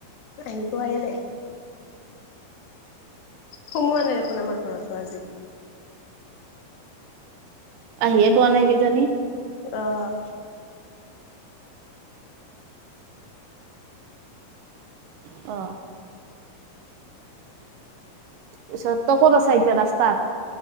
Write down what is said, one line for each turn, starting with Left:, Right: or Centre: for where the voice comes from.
Left: আহি পোৱাই নাই। সোমোৱা নাই দেখোন আমাৰ ঘৰতো আজি।
Right: আহিয়ে পোৱা নাই কি জানি।
Left: অ'।
Right: অ'। পিছত তই ক'ত আছা এতিয়া ৰাস্তাত।